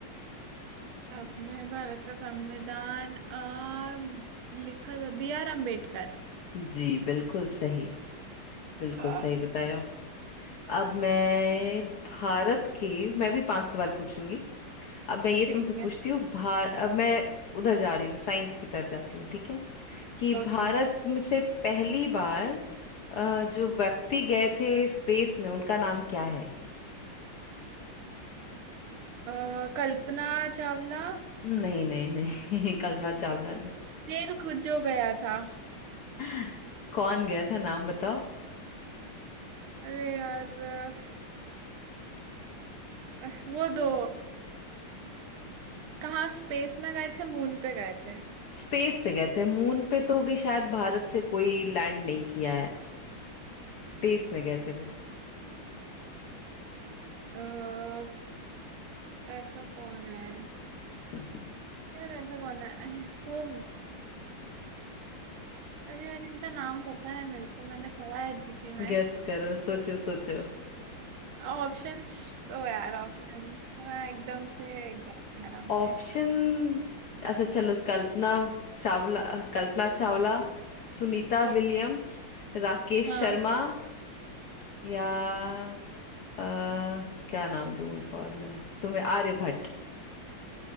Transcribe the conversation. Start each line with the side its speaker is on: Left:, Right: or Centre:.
Right: अपने भारत का संविधान अ, लिखा था बी आर अम्बेडकर
Left: जी बिल्कुल सही बिल्कुल
Right: आह,
Left: सही बताया अब मैं भारत के मैं भी पांच सवाल पूछूंगी अब मैं ये
Right: ठीक
Left: तुमसे पूछती
Right: है
Left: हूँ भार अब मैं उधर जा रही हूँ साइंस की तरफ जाती हूँ ठीक है कि भारत
Right: ओके
Left: में से पहली बार अ, जो व्यक्ति गए थे स्पेस में उनका नाम क्या है
Right: अ, कल्पना चावला
Left: नहीं नहीं नहीं <laughs> कल्पना चावला नहीं
Right: जेल जो गया था
Left: <laughs> कौन गया था नाम बताओ
Right: अरे यार अ, वो दो कहाँ स्पेस में गए थे मून पे गए थे
Left: स्पेस पे गए थे मून पे तो अभी शायद भारत से कोई लैंड नहीं किया है स्पेस में गए थे वो
Right: अ, ऐसा कौन है
Left: <laughs>
Right: यार ऐसा कौन है अह, वो अरे यार इनका नाम पता है मेरे को मैंने पढ़ा है जीके में
Left: गेस करो सोचो सोचो
Right: ऑप्शंस तो यार ऑप्शन एकदम से गया यार हमसे
Left: ऑप्शन अच्छा चलो कल्पना चावला कल्पना चावला सुनीता
Right: ओके
Left: विलियम्स राकेश
Right: हाँ
Left: शर्मा या अ, क्या नाम दूं एक और मैं तुम्हें आर्यभट्ट